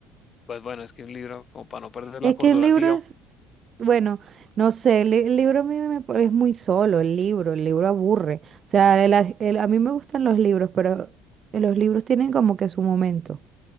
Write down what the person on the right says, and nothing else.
Es
que un libro
es, Bueno, no sé, el, li- el libro a mí me, pa- es muy solo, el libro, el libro aburre. O sea, el as- el- a mí me gustan los libros, pero los libros tienen como que su momento.